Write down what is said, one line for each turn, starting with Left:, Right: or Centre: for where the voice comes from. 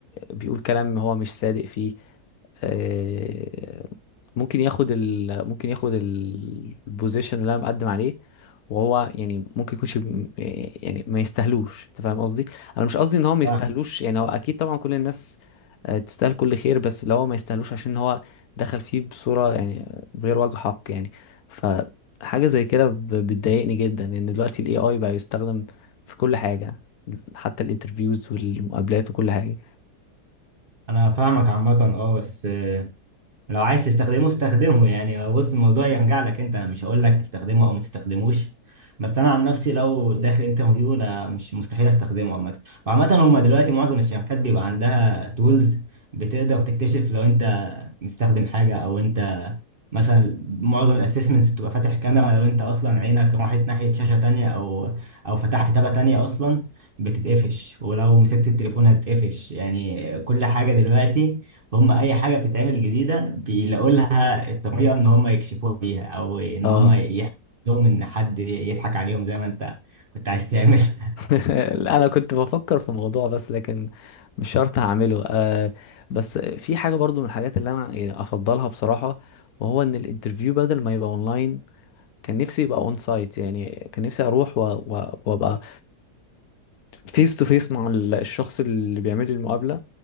Left: بيقول كلام هو مش صادق فيه آه، ممكن ياخد ال ممكن ياخد ال- البوزيشن اللي انا مقدم عليه وهو يعني ممكن يكونش بم- يعني ما يستاهلوش انت فاهم قصدي انا مش قصدي ان هو ما
Right: فاهم.
Left: يستاهلوش يعني هو اكيد طبعا كل الناس آه، تستاهل كل خير بس لو هو ما يستاهلوش عشان هو دخل فيه بصورة يعني بغير وجه حق يعني فحاجة زي كده ب- بتضايقني جدا لان دلوقتي الاي اي بقى يستخدم في كل حاجة حتى الانترفيوز والمقابلات وكل حاجة
Right: انا فاهمك عامة اه بس لو عايز تستخدمه استخدمه يعني بص الموضوع يرجع لك انت انا مش هقول لك تستخدمه او ما تستخدموش بس انا عن نفسي لو داخل انترفيو انا مش مستحيل استخدمه عامه وعامه هما دلوقتي معظم الشركات بيبقى عندها تولز بتقدر تكتشف لو انت مستخدم حاجه او انت مثلا معظم الاسسمنتس بتبقى فاتح كاميرا لو انت اصلا عينك راحت ناحيه شاشه تانية او او فتحت تابه تانية اصلا بتتقفش ولو مسكت التليفون هتتقفش يعني كل حاجه دلوقتي هم اي حاجه بتتعمل جديده بيلاقوا لها الطريقه ان هم يكشفوها بيها او ان
Left: اه
Right: هم يحكوا لهم ان حد يضحك عليهم زي ما انت كنت عايز تعمل <laughs>
Left: <laughs> انا كنت بفكر في موضوع بس لكن مش شرط هعمله آه بس في حاجه برضو من الحاجات اللي انا يعني افضلها بصراحه وهو ان الانترفيو بدل ما يبقى اونلاين كان نفسي يبقى اون سايت يعني كان نفسي اروح و- و- وابقى فيس تو فيس مع ال- الشخص اللي بيعمل لي المقابله